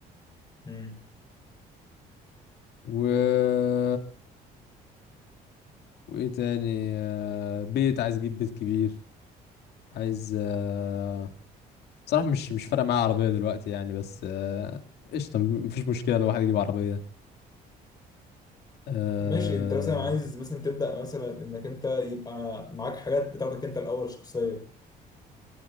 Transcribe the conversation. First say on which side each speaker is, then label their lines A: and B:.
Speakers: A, on the left; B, on the left.
A: مم.
B: و وايه تاني آه، بيت عايز اجيب بيت كبير عايز آه، صراحة مش مش فارقة معايا عربية دلوقتي يعني بس آه، قشطة مفيش مشكلة لو واحد يجيب عربية اه
A: ماشي أنت مثلا عايز مثلا تبدأ مثلا إنك أنت يبقى معاك حاجات بتاعتك أنت الأول شخصية